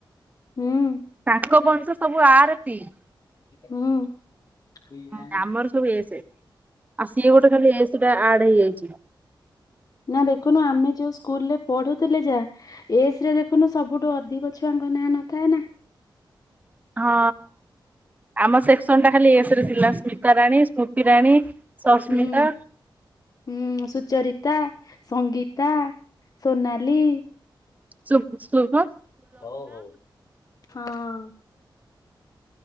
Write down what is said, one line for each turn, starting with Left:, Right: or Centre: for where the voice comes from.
Left: ହୁଁ।
Right: ତାଙ୍କ ବଂଶ ସବୁ ଆର୍ ପି ହ
Left: ହୁଁ। ନା
Right: ଆମର ସବୁ ଏସ୍ ଆଉ ସିଏ ଗୋଟେ ଖାଲି ଏସ୍ ଟା ଆଡି ହେଇଯାଇଛି।
Left: ନା ଦେଖୁନୁ ଆମେ ଯୋଉ ସ୍କୁଲ ରେ ପଢୁଥିଲେ ଯା ଏସ ରେ ଦେଖୁନୁ ସବୁଠୁ ଅଧିକ ଛୁଆଙ୍କ ନାଁ ନଥାଏ ନା?
Right: ହଁ ଆମ ସେକ୍ସନ ଟା ଖାଲି ଏସ୍ ରେ ଥିଲା ସ୍ମିତା ରାଣୀ ସ୍ମୃତି ରାଣୀ ସସ୍ମିତା
Left: ହୁଁ ହୁଁ ସୁଚରତା ସଙ୍ଗୀତା ସୋନାଲି
Right: ସୁଖୁଖ
Left: ହଉ ହଉ ହଁ